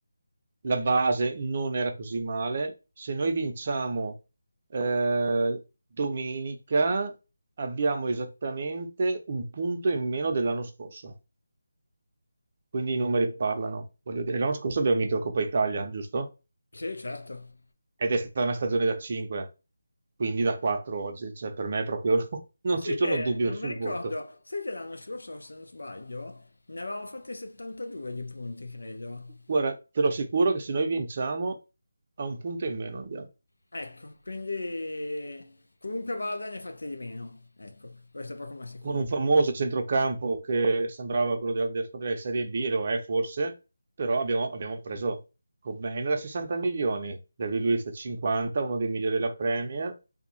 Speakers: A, on the right (about 40°); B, on the left (about 90°).
A: la base non era così male. Se noi vinciamo eh, domenica, abbiamo esattamente un punto in meno dell'anno scorso, quindi i numeri parlano. Voglio dire, l'anno scorso abbiamo vinto la Coppa Italia, giusto?
B: Sì, certo.
A: Ed è stata una stagione da 5, quindi da 4 oggi, cioè per me proprio <laughs> non
B: Sai
A: ci sono
B: che
A: dubbi
B: non
A: sul
B: mi ricordo,
A: voto.
B: sai che l'anno scorso, se non sbaglio, ne avevamo fatti 72 di punti, credo.
A: Guarda, te lo assicuro che se noi vinciamo a un punto in meno andiamo.
B: Ecco, quindi comunque vada ne fate di meno. Ecco, questo è poco ma sicuro.
A: Con un famoso centrocampo che sembrava quello della, della squadra di Serie B, e lo è forse, però abbiamo, abbiamo preso Cobain da 60 milioni, David Luiz da 50, uno dei migliori della Premier,